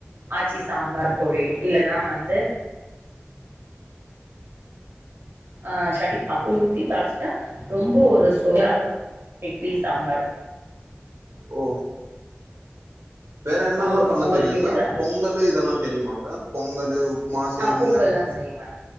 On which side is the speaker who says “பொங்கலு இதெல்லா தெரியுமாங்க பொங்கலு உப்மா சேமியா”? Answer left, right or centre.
Right